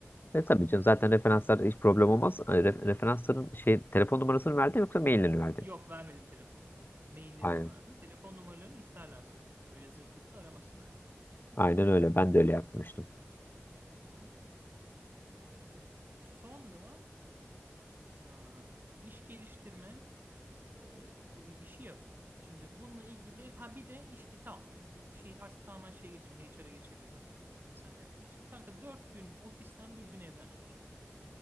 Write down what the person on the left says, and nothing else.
E tabii canım zaten referanslar hiç problem olmaz. E, re- referansların şey telefon numarasını verdin yoksa maillerini verdin.
Aynen.
Aynen öyle. Ben de öyle yapmıştım.